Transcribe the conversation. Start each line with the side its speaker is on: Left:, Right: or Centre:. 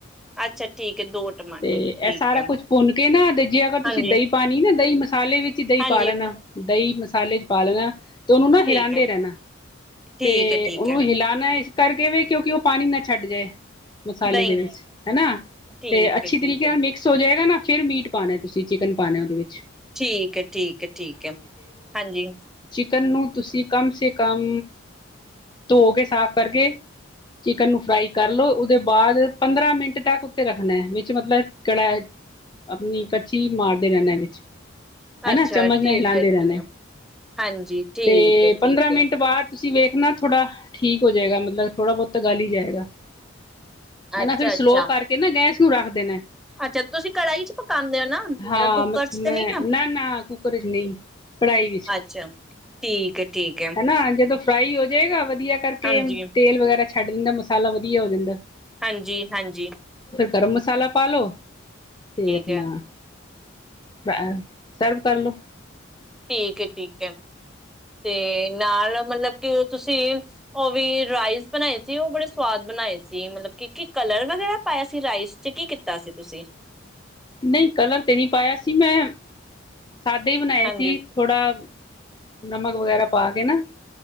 Centre: ਅੱਛਾ ਠੀਕ ਹੈ ਦੋ ਟਮਾਟਰ
Left: ਤੇ
Centre: ਠੀਕ
Left: ਐਹ ਸਾਰਾ
Centre: ਹੈ
Left: ਕੁਛ ਭੁੰਨ ਕੇ ਨਾ, ਤੇ ਜੇ ਅਗਰ ਤੁਸੀਂ
Centre: ਹਾਂਜੀ
Left: ਦਹੀਂ ਪਾਣੀ ਨਾ ਦਹੀਂ ਮਸਾਲੇ ਵਿੱਚ ਹੀ ਦਹੀਂ
Centre: ਹਾਂਜੀ
Left: ਪਾ ਲੈਣਾ। ਦਹੀਂ ਮਸਾਲੇ ਚ ਪਾ ਲੈਣਾ। ਤੇ ਉਹਨੂੰ ਨਾ
Centre: ਠੀਕ
Left: ਹਿਲਾਂਦੇ
Centre: ਹੈ
Left: ਰਹਿਣਾ।
Centre: ਠੀਕ
Left: ਤੇ
Centre: ਹੈ ਠੀਕ
Left: ਉਹਨੂੰ
Centre: ਹੈ
Left: ਹਿਲਾਣਾ ਐ ਇਸ ਕਰਕੇ ਵੇ, ਕਿਉਂਕਿ ਉਹ ਪਾਣੀ ਨਾ ਛੱਡ ਜੇ। ਮਸਾਲੇ
Centre: ਦਹੀਂ
Left: ਦੇ ਵਿੱਚ, ਹਨਾ।
Centre: ਠੀਕ
Left: ਤੇ ਅੱਛੀ
Centre: ਹੈ ਠੀਕ
Left: ਤਰੀਕੇ
Centre: ਹੈ
Left: ਨਾਲ ਮਿਕਸ ਹੋ ਜਏਗਾ ਨਾ ਫੇਰ ਮੀਟ ਪਾਣਾ ਐ ਤੁਸੀਂ, ਚਿਕਨ ਪਾਣਾ ਉਹਦੇ ਵਿੱਚ।
Centre: ਠੀਕ ਐ ਠੀਕ ਐ ਠੀਕ ਐ, ਹਾਂਜੀ।
Left: ਕਨ‌ ਨੂੰ ਤੁਸੀਂ ਕਮ ਸੇ ਕਮ, ਧੋ ਕੇ ਸਾਫ਼ ਕਰਕੇ ਚਿਕਨ ਨੂੰ ਫਰਾਈ ਕਰ ਲਓ, ਉਹਦੇ ਬਾਅਦ ਪੰਦਰਾਂ ਮਿੰਟ ਤੱਕ ਉੱਤੇ ਰੱਖਣਾ ਐ। ਵਿੱਚ ਮਤਲਬ ਕੜਾ ਆਪਣੀ ਕੜਛੀ ਮਾਰਦੇ ਰਹਿੰਣਾ ਐ ਵਿੱਚ। ਹਨਾ
Centre: ਅੱਛਾ
Left: ਚਮਚ ਨਾਲ
Centre: ਠੀਕ
Left: ਹਿਲਾਂਦੇ
Centre: ਐ
Left: ਰਹਿਣਾ
Centre: ਠੀਕ ਆ, ਹਾਂਜੀ ਠੀਕ
Left: ਤੇ
Centre: ਐ ਠੀਕ
Left: ਪੰਦਰਾਂ ਮਿੰਟ
Centre: ਐ।
Left: ਬਾਅਦ ਤੁਸੀਂ ਵੇਖਣਾ ਥੋੜਾ ਠੀਕ ਹੋ ਜੇਗਾ, ਮਤਲਬ ਥੋੜਾ ਬਹੁਤ ਤਾ ਗਲ ਈ ਜਾਏਗਾ। ਹੈਨਾ,
Centre: ਅੱਛਾ
Left: ਫਿਰ ਸਲੋਅ
Centre: ਅੱਛਾ
Left: ਕਰਕੇ ਨਾ ਗੈਂਸ ਨੂੰ ਰੱਖਦੇ ਦੇਨਾ ਐ।
Centre: ਅੱਛਾ ਤੁਸੀਂ ਕੜਾਹੀ ਚ ਪਕਾਂਦੇ ਓ ਨਾ,
Left: ਹਾਂ
Centre: ਕੁੱਕਰ ਚ ਤੇ
Left: ਮੈਂ
Centre: ਨੀ ਨਾ।
Left: ਕੁੱਕਰ ਚ ਨਹੀਂ ਕੜਾਹੀ ਵਿੱਚ
Centre: ਅੱਛਾ ਠੀਕ ਐ ਠੀਕ ਐ।
Left: ਨਾ ਜਦੋਂ ਫਰਾਈ ਹੋ ਜਏਗਾ, ਵਧੀਆ ਕਰਕੇ।
Centre: ਹਾਂਜੀ
Left: ਤੇਲ ਵਗੈਰ ਰਾ ਛੱਡ ਦਿੰਦਾ ਮਸਾਲਾ ਵਧੀਆ ਹੋ ਜਾਂਦੈਂ।
Centre: ਹਾਂਜੀ-ਹਾਂਜੀ।
Left: ਗਰਮ ਮਸਾਲਾ ਪਾ ਲਓ ਤੇ ਅਪਨਾ
Centre: ਹੈ
Left: ਬ-ਅ ਸਰਵ ਕਰਲੋ।
Centre: ਠੀਕ ਐ ਠੀਕ ਐ। ਤੇ ਨਾਲ, ਮਤਲਬ ਕੀ ਓਹ ਤੁਸੀਂ ਉਹ ਵੀ ਰਾਈਸ ਬਣਾਏ ਸੀ, ਉਹ ਬੜੇ ਸਵਾਦ ਬਣਾਏ ਸੀ। ਮਤਲਬ ਕੀ ਕੀ ਕਲਰ ਵਗੈਰਾ ਪਾਇਆ ਸੀ ਰਾਈਸ ਚ, ਕੀ ਕੀਤਾ ਸੀ ਤੁਸੀਂ?
Left: ਨਹੀਂ ਕਲਰ ਤੇ ਨਹੀ ਪਾਇਆ ਸੀ ਮੈਂ ਸਾਦੇ ਹੀ ਬਣਾਏ
Centre: ਹਾਂਜੀ
Left: ਸੀ ਥੋੜ੍ਹਾ ਨਮਕ ਵਗੈਰਾ ਪਾ ਕੇ ਨਾ